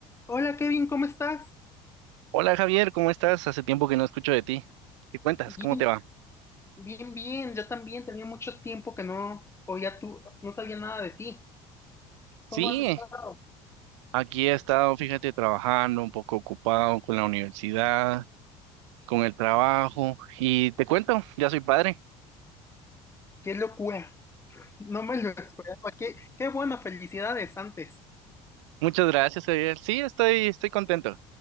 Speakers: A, on the left; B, on the right.
A: Hola Kevin, ¿cómo estás?
B: Hola Javier, ¿cómo estás? Hace tiempo que no escucho de ti. ¿Qué cuentas?
A: Bien,
B: ¿Cómo te va?
A: bien, bien. Yo también tenía mucho tiempo que no oía tú, no sabía nada de ti.
B: Sí,
A: ¿Cómo has estado?
B: aquí he estado, fíjate, trabajando, un poco ocupado con la universidad, con el trabajo y te cuento, ya soy padre.
A: Qué locura. No me lo <laughs> esperaba. Qué, qué bueno, felicidades antes.
B: Muchas gracias, Javier. Sí, estoy, estoy contento.